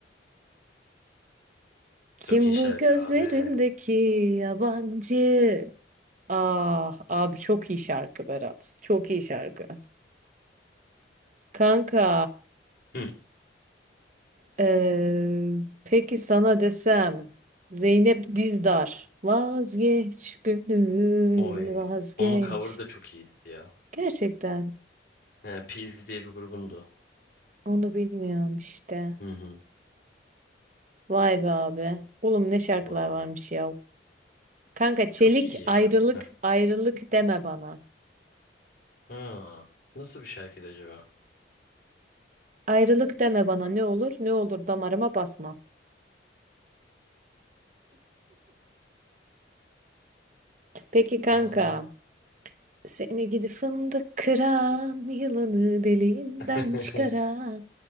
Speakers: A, on the right; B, on the left.
A: Kim
B: Çok iyi şarkı
A: bu gözlerindeki
B: abi.
A: yabancı? Ah abi çok iyi şarkı Berat. Çok iyi şarkı. Kanka
B: Hı.
A: eee, peki sana desem Zeynep Dizdar. Vazgeç gönül
B: Oy.
A: vazgeç.
B: Onun cover'ı da çok iyiydi ya.
A: Gerçekten
B: He, Peas diye bir grubundu.
A: onu bilmiyorum işte.
B: Hı hı.
A: Vay be abi. Oğlum ne şarkılar
B: Vallahi.
A: varmış ya. Kanka çelik
B: Çok iyi ya.
A: ayrılık
B: Heh.
A: ayrılık deme bana.
B: Ha. Nasıl bir şarkıydı acaba?
A: Ayrılık deme bana ne olur ne olur damarıma basma. Peki kanka,
B: Vallahi.
A: seni gidi fındık kıran, yılanı deliğinden
B: <laughs>
A: çıkaran,